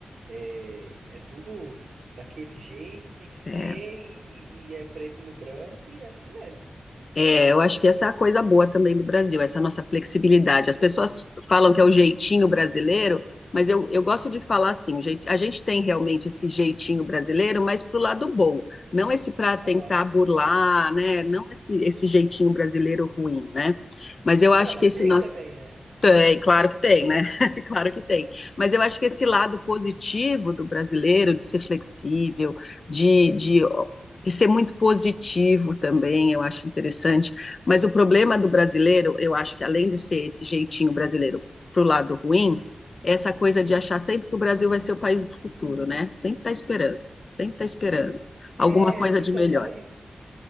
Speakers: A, on the right; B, on the left.
A: É, é tudo daquele jeito, e tem que ser,
B: É,
A: e, e- e é preto no branco, e é assim mesmo.
B: É, eu acho que essa é a coisa boa também do Brasil, essa nossa flexibilidade. As pessoas falam que é o jeitinho brasileiro, mas eu, eu gosto de falar assim: o jeit- a gente tem realmente esse jeitinho brasileiro, mas pro lado bom, não esse para tentar
A: Aham.
B: burlar, né? Não esse, esse jeitinho brasileiro ruim, né? Mas eu acho
A: Ah, não, mas
B: que esse
A: tem
B: nosso
A: também, né?
B: tem, claro que tem, né? <laughs>
A: <laughs>
B: Claro que tem. Mas eu acho que esse lado positivo do brasileiro, de ser flexível, de, de,
A: Sim,
B: de ser muito positivo também, eu acho interessante. Mas o problema do brasileiro, eu acho que além de ser esse jeitinho brasileiro pro lado ruim, é essa coisa
A: sim.
B: de achar sempre que o Brasil vai ser o país do futuro, né? Sempre tá esperando, sempre tá esperando alguma
A: É,
B: coisa
A: o pessoal
B: de melhor.
A: fala isso.